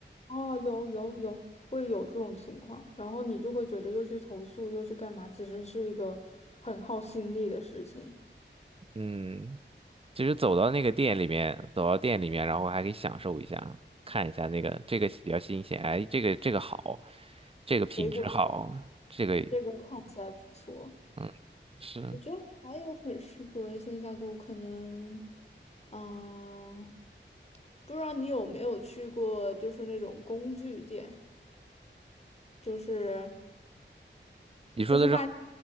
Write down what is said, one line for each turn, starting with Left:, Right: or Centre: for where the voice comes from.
Left: 哦，有有有，会有这种情况，然后你就会觉得又去投诉，又去干嘛，其实是一个很耗心力的事情。
Right: 嗯。其实走到那个店里面，走到店里面，然后还可以享受一下，看一下那个这个比较新鲜，哎，这个这个好，这个品质好，
Left: 水果的
Right: 这个
Left: 这个看起来不错。
Right: 嗯是
Left: 我觉得还有很适合线下购物，可能，啊、不知道你有没有去过，就是那种工具店，就是
Right: 你说的是
Left: 就是卖